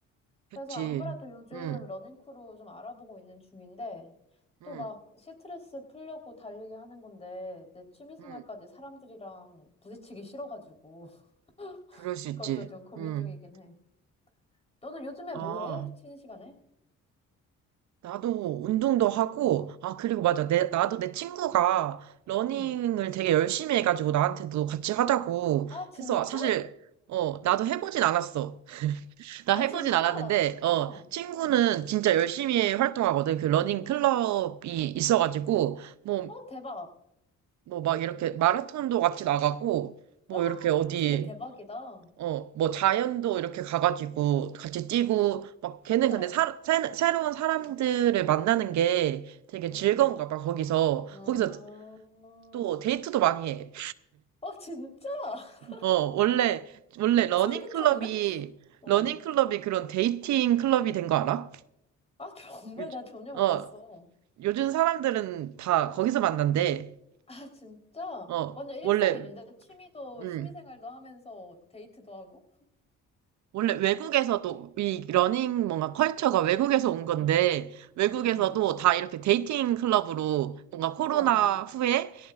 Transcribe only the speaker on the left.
그래서 안 그래도 요즘
러닝크루 좀 알아보고 있는 중인데
또 막 스트레스 풀려고 달리기 하는 건데 내 취미 생활까지
사람들이랑 부딪히기 싫어가지고 <laughs>
그것도 좀 고민
중이긴 해. 너는 요즘에
뭐 해? 쉬는 시간에?
응
응
응.
아, 진짜?
아,
진짜?
어.
어, 대박.
아,
진짜 대박이다.
우와.
응,
응.
아,
어, 진짜? <laughs>
솔깃하는데?
어.
아, 정말
나 전혀
몰랐어.
아, 진짜?
완전 일석이조인데?
취미도,
취미생활도 하면서 데이트도 하고?
응,
응, 응.
어, 어.